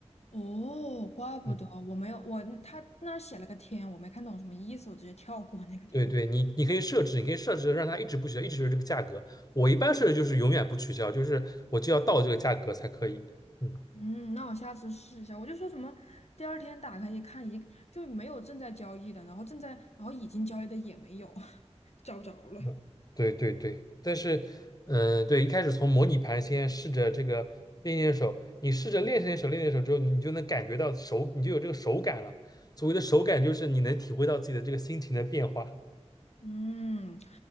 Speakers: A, on the left; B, on the left.
A: 哦，怪不得我没有我他那儿写了个天，
B: 嗯，
A: 我没看懂什么意思，我直接跳过那个地方。
B: 对对，你你可以设置，你可以设置让它一直不取消，一直是这个价格。我一般设置就是永远不取消，就是我就要到这个价格才可以。嗯。
A: 嗯，那我下次试一下。我就说什么，第二天打开一看，一就没有正在交易的，然后正在，然后已经交易的也没有，<laughs> 找不着了。
B: 嗯，对对对，但是，嗯、对，一开始从模拟盘先试着这个练练手，你试着练练手，练练手之后，你就能感觉到手，你就有这个手感了。所谓的手感，就是你能体会到自己的这个心情的变化。
A: 嗯，